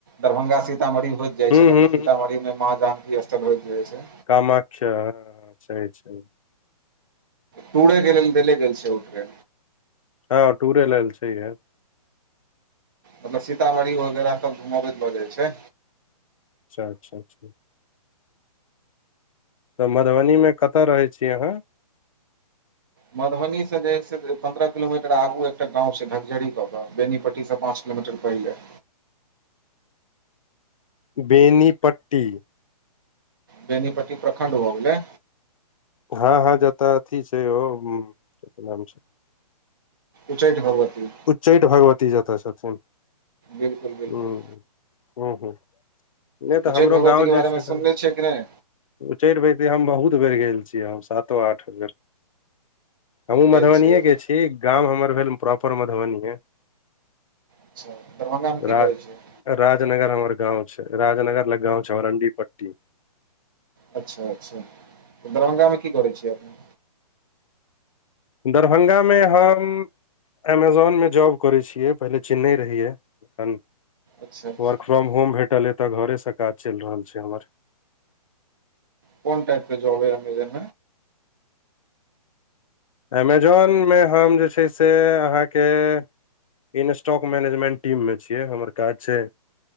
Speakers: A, on the right; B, on the left.
A: दरभंगा सीत। सीतामढ़ी होइत जाय छै
B: हूँ
A: मतलब
B: हूँ हूँ
A: सीतामढ़ी मे माँ जानकी स्थल होइत जाइ छै।
B: कामख्या सही छै।
A: टूड़े गेल देले गेललसे उटरे
B: हँ टूरे लेल सी है।
A: मतलब सीतामढ़ी वगैरह सभ घुमबैत लऽ जाइ छै
B: अच्छा, अच्छा। तऽ मधुबनी मे कतऽ रहै छी अहाँ
A: मधुबनी से जे पन्द्रह किलोमीटर आगू एकटा गाव छै घकजरी क के बेनीपट्टी से पांच किलो मीटर पहिले।
B: बेनीपट्टी।
A: बेनीपट्टी प्रखंड भऽ गेले
B: ह, ह जत अथी छै ओ कि नाम छै
A: उचैठ भगवती।
B: उच्चैठ भगवती जतऽ छथिन
A: बिल्कुल बिल्कुल
B: हू हू, ह नहि
A: उच्चैठ
B: तऽ हमरो
A: भगवती
B: गाव
A: के बारे
B: जे
A: मे
B: छै
A: सुनने छियै कि नहि
B: उचढ़िबते हम बहुत बेर गेल छियै हम सातो आठ बेर हमहूँ
A: गेल
B: मधुबनिएके
A: छियै
B: छी गाम हमर भेल प्रॉपर मधुबनी
A: अच्छा, दरभंगा मे कि
B: राज
A: करै छै
B: राजनगर हमर गाव छै राजनगर लग गाव छै हमर ह हरण्डि पट्टी
A: अच्छा, अच्छा, तऽ दरभंगामे की करैत छियै अपने
B: दरभंगा मे हम एमेजोन मे जॉब करै छियै पहिले चेन्नई रहहियै एखन।
A: अच्छा अच्छा
B: वर्क फ्रॉम होम भेटल ए तऽ घरे सँ काज चलि रहल छै हमर
A: कोन टाइपके जॉब अय अमैजॉन
B: अमेजोनमे हम जे छै से अहाँकेँ इन स्टॉक मैनेजमेट टीम मे छियै हमर काज छै।